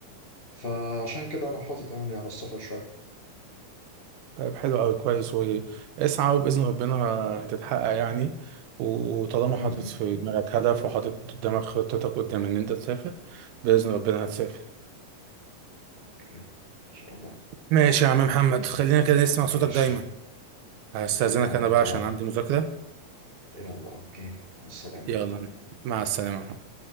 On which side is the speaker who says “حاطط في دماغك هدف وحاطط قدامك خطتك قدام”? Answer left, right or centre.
Right